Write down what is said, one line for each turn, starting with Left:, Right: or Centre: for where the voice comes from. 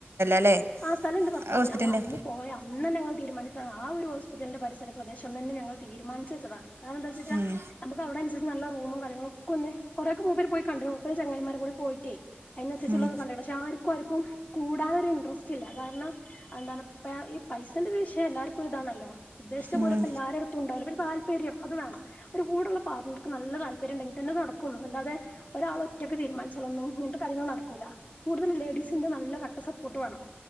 Right: അല്ലേ
Left: ആ സ്ഥലം ഉണ്ട് ഭർത്താവ്
Right: ഹോസ്പിറ്റലിൻ്റെ
Left: ഞങ്ങള് അന്ന് പോയി അന്ന് തന്നെ തീരുമാനി ആ ഒരു ഹോസ്പിറ്റലിൻ്റെ പരിസര പ്രദേശം തന്നെ ഞങ്ങൾ തീരുമാനിച്ചു വച്ചതാ കാരണം എന്താന്നു വച്ചാ
Right: ഉം,
Left: നമ്മക്ക് അവിടെ അനുസ നല്ല റൂമും കാര്യങ്ങളും ഒക്കെ ഒന്ന് കുറേ ഒക്കെ മൂപ്പര് പോയി കണ്ട് മൂപ്പരും ചങ്ങായിമാരും കൂടെ പോയിട്ടെ അതിനനുസരിച്ചുള്ളത്
Right: ഉം,
Left: കണ്ടേനേർസ ആർക്കും കൂടാനൊരു ഇൻട്രസ്‌റ്റ് ഇല്ല കാരണം എന്താണ് ഇപ്പഴാണ് ഇ പൈസ ഉണ്ട് പക്ഷേ എല്ലാവർക്കും ഒരു ഇതാണല്ലോ ഉദ്ദേശിച്ച
Right: ഉം.
Left: പോലെ ഇപ്പ എല്ലാരടുത്തും ഉണ്ടാവില്ല. പിന്നെ താൽപര്യം അത് വേണം. അവർടെ കൂടുള്ള ആളോൾക്കും നല്ല താൽപ്പര്യം ഉണ്ടെങ്കിൽ തന്നെ നടക്കും കുഴപ്പമില്ലാതെ ഒരാള് ഒറ്റക്ക് തീരുമാനിച്ചാലൊന്നും ഇങ്ങനത്തെ കാര്യങ്ങള് നടക്കൂല്ല കൂടുതൽ ലേഡീസിൻ്റെ നല്ല കട്ട സപ്പോർട്ട് വേണം